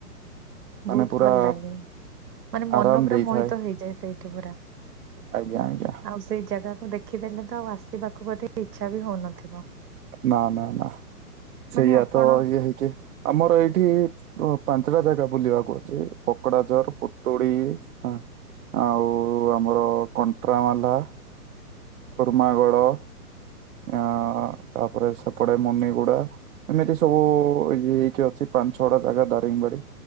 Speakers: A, on the right (about 60°); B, on the right (about 75°).
A: ମାନେ
B: ବହୁତ
A: ପୁରା
B: ଭଲ ଲାଗେ। ମାନେ ମନ
A: ଆରାମ
B: ପୁରା
A: ଦେଇଥାଏ
B: ମୋହିତ ହେଇଯାଏ ସେଇଠି ପୁରା
A: ଆଜ୍ଞା ଆଜ୍ଞା
B: ଆଉ ସେଇ ଜାଗାକୁ ଦେଖିଦେଲେ ତ ଆଉ ଆସିବାଖକୁ ବୋଧେ ଇଚ୍ଛା ବି ହଉନଥିବ।
A: ନା ନା ନା ସେଇଆ
B: ମାନେ ଆପଣ
A: ତ ଇଏ ହେଇକି ଆମର ଏଇଠି ତ ପାଞ୍ଚଟା ଜାଗା ବୁଲିବାକୁ ଅଛି ପୋକଡାଝର, ପୁତୁଡି ହଁ ଆଉ ଆମର କଣ୍ଟ୍ରାମାଲା, ଉର୍ମାଗଡ ଅ ତାପରେ ସବ ପଡେ ମୁନିଗୁଡା ଏମିତି ସବୁ ଇଏ ହେଇକି ଅଛି ପାଞ୍ଚ ଛଅ ଟା ଜାଗା ଦାରିଙ୍ଗବାଡି